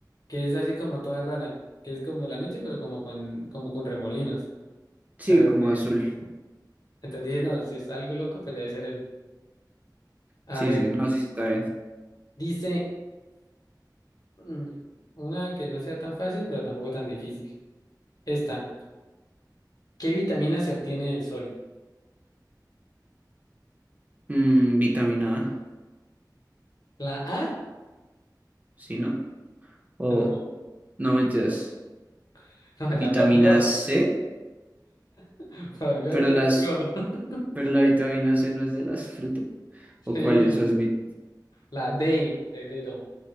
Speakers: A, on the left (about 60°); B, on the right (about 20°).
A: que es así como toda rara, que es como la noche, pero como con, como con remolinos.
B: Sí,
A: Pero
B: como
A: dije-
B: azul.
A: entonces dije, no, si es algo loco, pues debe ser él. A
B: Sí,
A: ver,
B: sí, no, sí sí, está bien.
A: dice mm, una que no sea tan fácil, pero tampoco tan difícil. Esta, ¿qué vitamina se obtiene del sol?
B: Mm, vitamina A,
A: ¿La A?
B: ¿sí, no? O,
A: No,
B: no mentiras,
A: <laughs> no,
B: vitamina
A: ya perdió.
B: C,
A: <laughs> Volvió
B: pero
A: y perdió.
B: las,
A: <laughs>
B: pero la vitamina C no es de las frutas.
A: Sí,
B: ¿O cuál es? Eso es vit-
A: la D de dedo.